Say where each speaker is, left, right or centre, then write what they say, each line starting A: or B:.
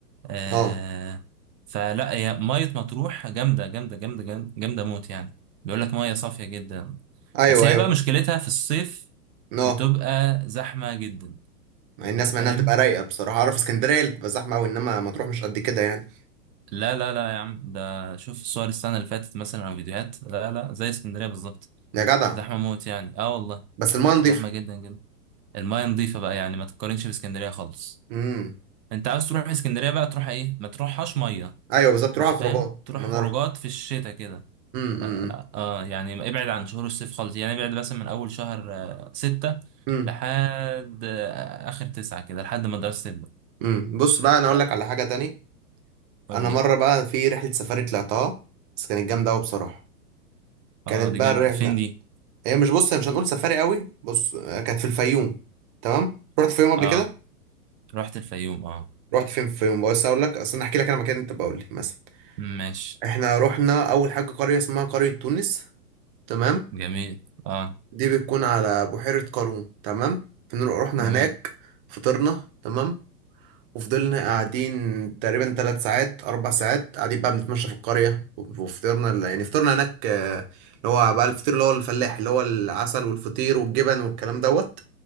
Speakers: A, on the right; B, on the right.
A: آه
B: اه
A: فلا هي مية مطروح جامدة جامدة جامدة جامدة جامدة موت يعني بيقول لك مية صافية جدا
B: ايوه
A: بس هي
B: ايوه
A: بقى مشكلتها في الصيف
B: اه
A: بتبقى زحمة جدا
B: مع الناس
A: انت فاهم؟
B: مع انها تبقى رايقة بصراحة اعرف اسكندرية اللي بتبقى زحمة قوي انما مطروح مش قد كده يعني
A: لا لا لا يا عم ده شوف الصور السنة اللي فاتت مثلا او فيديوهات لا لا زي اسكندرية بالظبط
B: يا جدع
A: زحمة موت يعني اه والله
B: بس المايه نضيفة
A: زحمة جدا جدا المية نظيفة بقى يعني ما تقارنش باسكندرية خالص
B: امم
A: انت عاوز تروح اسكندرية بقى تروح ايه؟ ما تروحهاش مية
B: ايوه بالظبط تروح
A: انت
B: على
A: فاهم؟
B: خروجات
A: تروح
B: ما انا
A: خروجات
B: اروح
A: في الشتاء كده
B: امم امم
A: اه آه، يعني ما- ابعد عن شهور الصيف خالص يعني ابعد مثلا من اول شهر آه، ستة
B: امم
A: لحد آه، اخر تسعة كده لحد ما الدراسة تبدأ
B: امم بص بقى انا اقول
A: لا،
B: لك على حاجة تاني
A: قول
B: انا
A: لي
B: مرة بقى في رحلة سفاري طلعتها بس كانت جامدة قوي بصراحة كانت
A: اه دي
B: بقى
A: جامدة
B: الرحلة
A: فين دي
B: هي مش بص هي مش هنقول سفاري قوي بص آه، كانت في الفيوم تمام رحت الفيوم قبل
A: اه
B: كده
A: رحت الفيوم اه
B: رحت فين في الفيوم بس اقول لك اصل انا احكي لك انا مكان انت بقول لي مثلا
A: ماشي
B: احنا رحنا اول حاجه قريه اسمها قريه تونس تمام
A: جميل اه
B: دي بتكون على بحيره قارون تمام فنروح رحنا
A: جميل
B: هناك فطرنا تمام وفضلنا قاعدين تقريبا ثلاث ساعات اربع ساعات قاعدين بقى بنتمشى في القريه وفطرنا يعني فطرنا هناك آه، اللي هو بقى الفطير اللي هو الفلاح اللي هو العسل والفطير والجبن والكلام دوت